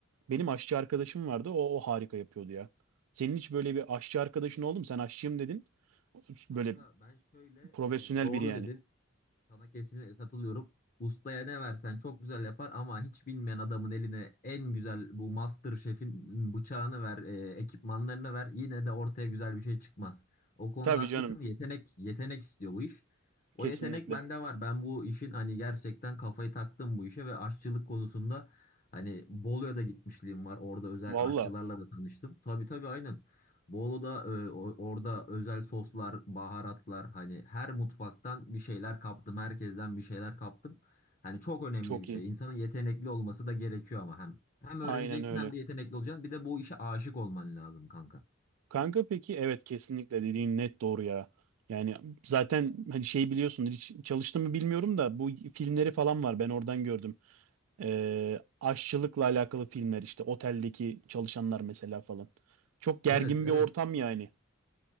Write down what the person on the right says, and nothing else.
Benim aşçı arkadaşım vardı. O, o harika yapıyordu ya. Senin hiç böyle bir aşçı arkadaşın oldu mu? Sen aşçıyım dedin. Böyle
profesyonel
biri yani.
Tabii
canım.
Kesinlikle.
Valla
çok
iyi.
Aynen
öyle.
Kanka peki evet kesinlikle dediğin net doğru ya. Yani zaten hani şey biliyorsun hiç çalıştım mı bilmiyorum da bu filmleri falan var ben oradan gördüm. Ee, aşçılıkla alakalı filmler işte oteldeki çalışanlar mesela falan. Çok gergin
bir ortam yani.